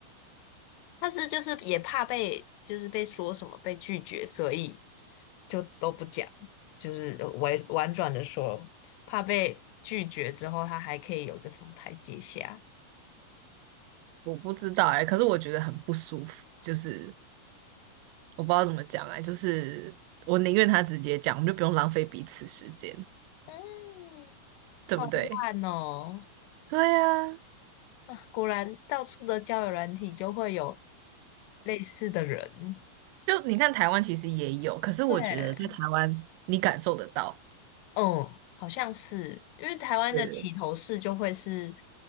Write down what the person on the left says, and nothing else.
他是就是也怕被就是被说什么被拒绝，所以就都不讲，就是委婉转的说，怕被拒绝之后，他还可以有一个什么台阶下。
嗯，
好烂哦。
啊，果然到处的交友软体就会有类似的人。
对，嗯，好像是，因为台湾的起头式就会是